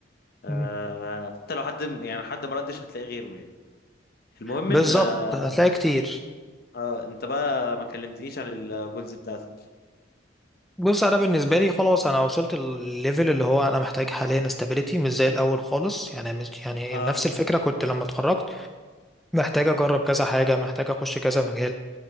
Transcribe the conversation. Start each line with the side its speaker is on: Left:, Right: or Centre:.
Left: آه،
Centre: مم.
Left: حتى لو حد يعني حد ما ردش هتلاقي غيره يعني المهم
Centre: بالظبط
Left: إن آه،
Centre: هتلاقي كتير
Left: آه، أنت بقى ما كلمتنيش عن الجولز بتاعتك
Centre: بص انا بالنسبه لي خلاص انا وصلت الليفل اللي هو انا محتاج حاليا استابيليتي مش زي الاول خالص يعني مش يعني
Left: اه
Centre: نفس الفكره كنت لما اتخرجت محتاج اجرب كذا حاجه محتاج اخش كذا مجال